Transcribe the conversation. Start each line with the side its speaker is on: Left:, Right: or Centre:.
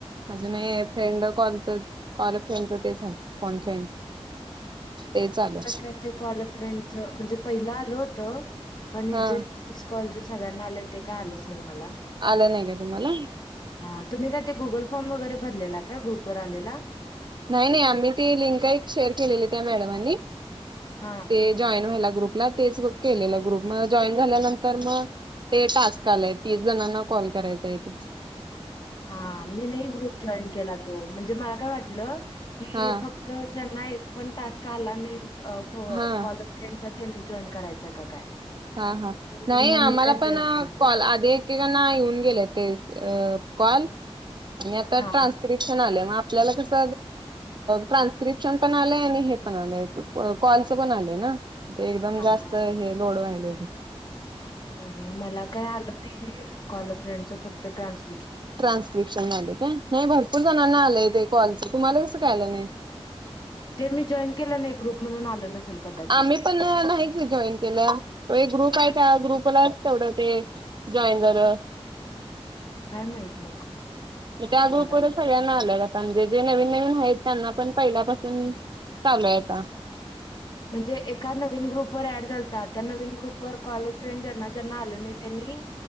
Right: अजूनही फ्रेंड कॉलच कॉल फ्रेंडच तेच आहे फण फ्रेंड ते चालू
Left: म ते कॉल फ्रेंडच म्हणजे पहिलं आल होतं पण
Right: हा
Left: हे जे तीस कॉलज सगळ्यांना आलंय ते काय आलंच नाही मला
Right: आलं नाही का तुम्हाला
Left: हा तुम्ही काय ते गुगल फॉर्म वगैरे भरलेला का ग्रुपवरर आलेला
Right: नाही नाही आम्ही ती लिंक एक शेअर केलेली त्या मॅडमांनी
Left: हा
Right: ते जॉईन व्हायला ग्रुपला तेच केलेलं ग्रुप म जॉईन झाल्यानंतर मग ते टास्क आलेय तीस जणांना कॉल करायचा आहे त
Left: हा मी नाही ग्रुप जॉईन केला तो म्हणजे मला काय वाटलं की
Right: हा
Left: फक्त तर ज्यांना एक पण टास्क आला आणि
Right: हा
Left: कॉलेज फ्रेंडचा त्यांनी जॉईन करायच का काय?
Right: हा हा
Left: म्हणून
Right: नाही
Left: मग
Right: आम्हाला
Left: मी काय
Right: पण
Left: जॉईन केलं नाही.
Right: कॉल आधी एक एकानं येऊन गेले ते कॉल आणि आता
Left: हां,
Right: त्रास्क्रिप मग आपल्याला कस ट्रान्स्क्रिप्शन पण आलंय आणि हे पण आलंय कॉलच पण आलंय ना ते एकदम
Left: हां.
Right: जास्त हे लोड व्हायले
Left: आणि मला काय आलं कॉल फ्रेंड फक्त ट्रान्स
Right: ट्रान्स्क्रिप्शन झाले का नाही भरपूर जणांना आलेय ते कॉलचं तुम्हाला कसं कायलं नाही
Left: ते मी जॉईन केलं नाही ग्रुप म्हणून आलं नसेल कदाचित.
Right: आम्ही पण नाहीच जॉईन केलं त एक ग्रुप आहे त्या ग्रुपलाच तेवढं ते जॉइन झाल्यावर
Left: काय माहित मग
Right: त्या ग्रुपवरच
Left: बघायला पाहिजे.
Right: सगळ्यांना आल्या म्हणजे जे नवीन नवीन आहेत त्यांना पण पहिल्यापासून चालू आहेता
Left: म्हणजे एका नवीन ग्रुप वर ऍड लतात त्या नवीन ग्रुप वर कॉल फ्रेंड जना ज्यांना आले नाही त्यांनी